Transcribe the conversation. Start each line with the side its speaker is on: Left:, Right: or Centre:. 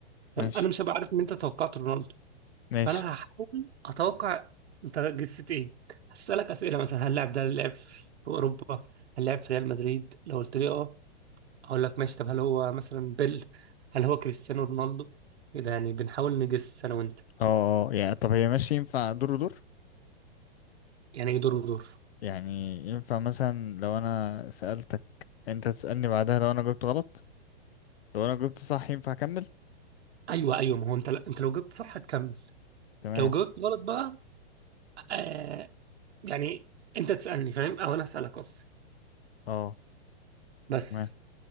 Right: تمام؟
Left: ماشي
Right: انا مش هبقى عارف ان انت توقعت رونالدو
Left: ماشي
Right: فانا هحاول اتوقع انت جسيت ايه هسألك اسئله مثلا هل اللاعب ده لعب في اوروبا هل لعب في ريال مدريد لو قلت لي اه اقول لك ماشي طب هل هو مثلا بيل هل هو كريستيانو رونالدو كده يعني بنحاول نجس انا وانت
Left: اه اه يعني طب هي ماشي ينفع دور ودور
Right: يعني ايه دور ودور
Left: يعني ينفع مثلا لو انا سألتك انت تسألني بعدها لو انا جبت غلط لو انا جبت صح ينفع اكمل
Right: ايوه ايوه ما هو انت انت لو جبت صح هتكمل
Left: تمام
Right: لو جاوبت غلط بقى آه، يعني انت تسألني فاهم او انا أسألك قصدي
Left: اه
Right: بس
Left: تمام